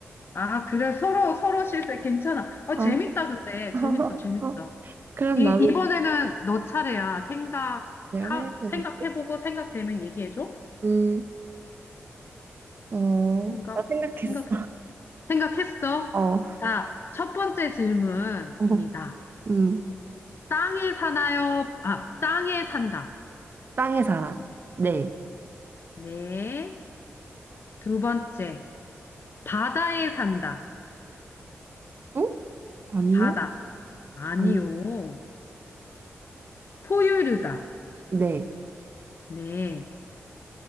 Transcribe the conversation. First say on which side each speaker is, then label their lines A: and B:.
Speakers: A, on the left (about 50°); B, on the right (about 45°).
A: 아, 그래. 서로, 서로 실세. 괜찮아. 어,
B: 어.
A: 재밌다,
B: 어,
A: 근데.
B: <laughs>
A: 재밌어, 재밌어.
B: 그럼
A: 이,
B: 나도
A: 이번에는 너 차례야. 생각,
B: 내가
A: 하,
B: 생각해볼게.
A: 생각해보고 생각되면 얘기해줘.
B: 음, 어,
A: 생각,
B: 나 생각했어.
A: 생각했, 생각했어.
B: 어,
A: 자, 첫 번째 질문입니다.
B: 어, 음,
A: 땅에 사나요? 아, 땅에 산다.
B: 땅에 살아. 네,
A: 네. 두 번째. 바다에 산다.
B: 어? 아니요?
A: 바다. 아니요.
B: 아니,
A: 포유류다.
B: 네,
A: 네.